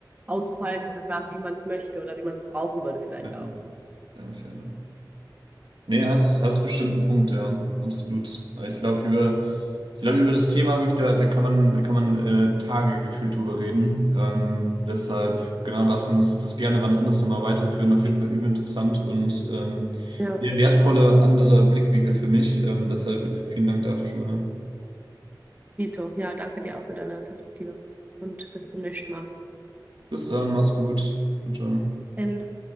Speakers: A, on the right; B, on the right.
A: ausfalten darf, wie man es möchte oder wie man es brauchen würde vielleicht
B: ja,
A: auch.
B: ja fair. Nee, hast, hast bestimmt einen Punkt, ja, absolut. Aber Ich glaube, über, ich glaube, über das Thema wirklich, da, da kann man, da kann man äh, Tage gefühlt drüber reden. Ähm, deshalb, genau, lass uns das gerne wann anders nochmal weiterführen. Auf jeden Fall übel interessant und ähm,
A: Ja,
B: sehr wertvolle andere Blickwinkel für mich. Ähm, deshalb vielen Dank dafür schon mal.
A: Dito, ja, danke dir auch für deine Perspektive und bis zum nächsten Mal.
B: Bis dann, mach's gut. Ciao, ciao.
A: Denn